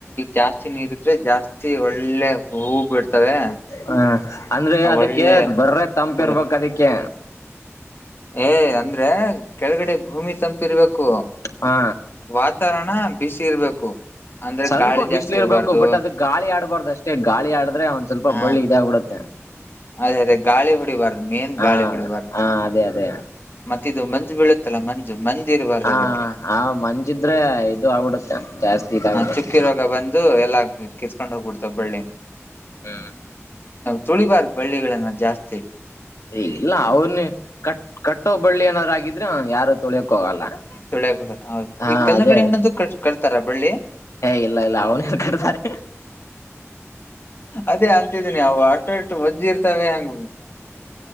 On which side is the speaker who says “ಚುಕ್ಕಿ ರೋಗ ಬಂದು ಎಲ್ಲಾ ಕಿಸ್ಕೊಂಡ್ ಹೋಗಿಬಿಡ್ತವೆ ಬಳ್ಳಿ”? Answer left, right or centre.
Left